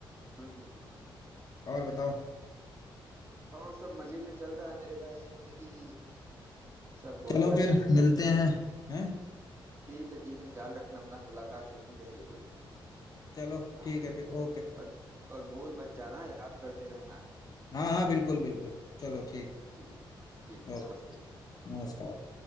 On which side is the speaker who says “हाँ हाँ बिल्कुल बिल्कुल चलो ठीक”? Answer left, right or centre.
Left